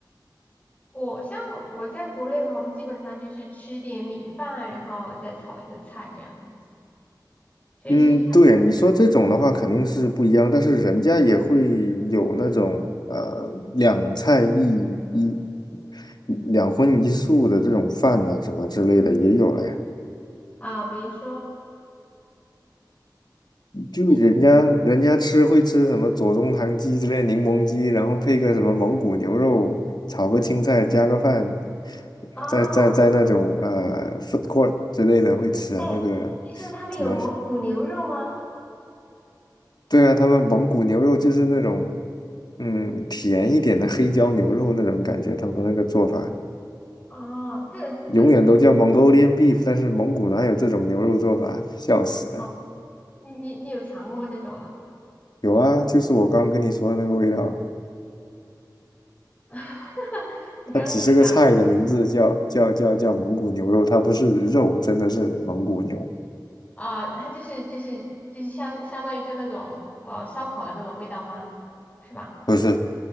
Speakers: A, on the left; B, on the left.
A: 我像我在国内的话，我们基本上就是吃点米饭，然后再炒一个菜这样子。所以就是
B: 嗯，对啊，你说这种的话肯定是不一样，但是人家也会有那种呃两菜一一两荤一素的这种饭啊什么之类的也有了呀。
A: 啊，比如说
B: 就人家人家吃会吃什么左宗棠鸡之类柠檬鸡，
A: 你
B: 然后配个什么蒙古牛肉，炒个青菜，加个饭，
A: 哦，
B: 在在在那种呃 food court 之类的会吃啊，
A: 哎，
B: 那个
A: 你说他们有蒙古牛肉吗？
B: 怎么？对啊，他们蒙古牛肉就是那种嗯甜一点的黑椒牛肉那种感觉，他们那个做法
A: 哦，这个这个
B: 永远都叫 Mongolian beef，但是蒙古哪有这种牛肉做法？笑死了！
A: 哦，你你你有尝过吗？这种啊？
B: 有啊，就是我刚跟你说的那个味道。
A: <laughs> 你刚刚给我讲。
B: 它只是个菜的名字叫叫叫叫蒙古牛肉，它不是肉，真的是蒙古牛，
A: 啊，它就是就是就是相相当于就那种呃烧烤的那种味道吗？是吧？
B: 不是